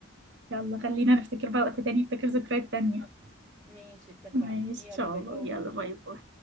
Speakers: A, on the right (about 60°); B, on the right (about 20°).
A: يلا خلينا نفتكر بقى وقت تاني نفتكر ذكريات تانية
B: ماشي اتفقنا
A: ماشي
B: يلا
A: ان شاء
B: باي
A: الله
B: باي
A: يلا باي باي